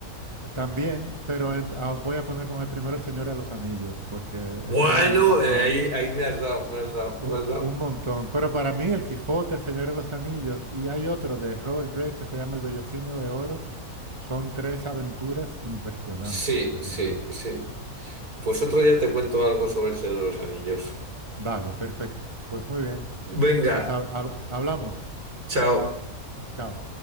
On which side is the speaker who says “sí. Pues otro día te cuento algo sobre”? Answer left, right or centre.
Right